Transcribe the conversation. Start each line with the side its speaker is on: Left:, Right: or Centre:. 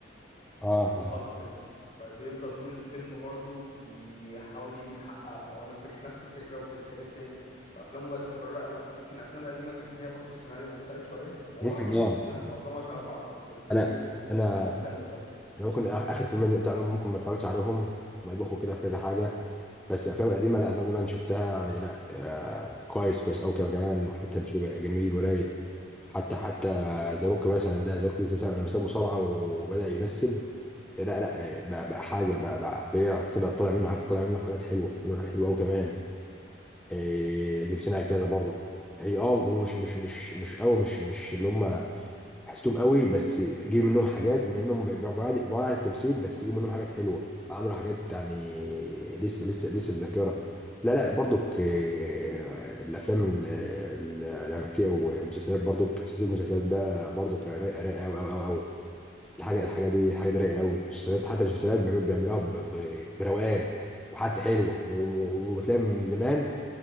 Centre: اه
Left: واتخطفت
Centre: اه
Left: فبيفضل طول الفيلم برضو بيحاول يجيب حقها فهو انا فكر نفس الفكره وبتتحلب تاني فافلامه بقت متكرره قوي يمكن الافلام القديمه كان فيها برضو السيناريو مختلف شويه وهو
Centre: ممكن
Left: افلامه
Centre: <laughs> طبعا
Left: كلها معظمها شبه بعض بس السيناريو
Centre: انا انا
Left: كان مختلف برضو
Centre: انا ممكن آ- اخر فيلم زي بتاعهم ممكن ما اتفرجتش عليهم ملبخوا كده في كذا حاجه بس الافلام القديمه لا الافلام دي انا شفتها يعني لا آه كويس كويس قوي كمان حتى الفيلم جا- جميل ورايق حتى حتى ذا روك مثلا ده ذا روك لسه لما ساب مصارعه وبدا يمثل لا لا آه، بقى, بقى حاجه بقى, بقى بيعرف طلع طلع منه حاجات- طلع منه حاجات حلوه طلع منه حاجات حلوه قوي كمان آه، جون سينا كذا برضه هي اه ومش مش مش مش قوي مش مش اللي هم حسيتهم قوي بس جيب منهم حاجات مع انهم بع- بعاد بعاد عن التمثيل بس جيب منهم حاجات حلوه عملوا حاجات يعني لسه لسه لسه في ذاكره لا لا برضك آه، الافلام ال- ال- الامريكيه ومسلسلات برضك سلسله مسلسلات بقى برضك رايقه رايقه رايقة قوي قوي قوي الحاجه الحاجه دي الحاجه دي رايقه قوي مسلسلات حتى مسلسلات بيعملوا- بيعملوها ب- ب- بروقان وحتى حلوه و- وتلاقي من زمان